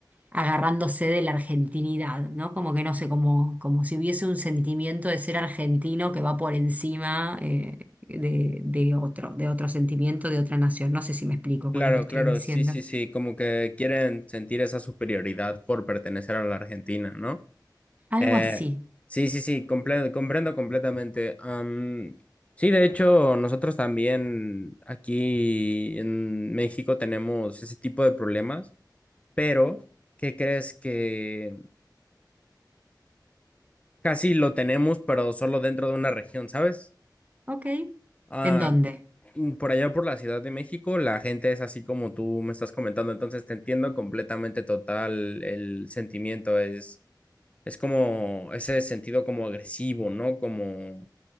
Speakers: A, on the right; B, on the left.
A: agarrándose de la argentinidad, ¿no? Como que no sé, como, como si hubiese un sentimiento de ser argentino que va por encima, eh, de, de otro, de otro sentimiento, de otra nación. No sé si me explico
B: claro,
A: con lo que estoy
B: claro,
A: diciendo.
B: sí, sí, sí, como que quieren sentir esa superioridad por pertenecer a la Argentina, ¿no?
A: Algo
B: Eh,
A: así,
B: sí, sí, sí, comple- comprendo completamente. Am, sí, de hecho, nosotros también aquí en México tenemos ese tipo de problemas, pero ¿qué crees que casi lo tenemos, pero solo dentro de una región, ¿sabes?
A: ¿ok?
B: Ah,
A: ¿En dónde?
B: Mm, por allá por la Ciudad de México, la gente es así como tú me estás comentando, entonces te entiendo completamente total el sentimiento, es, es como ese sentido como agresivo, ¿no? Como,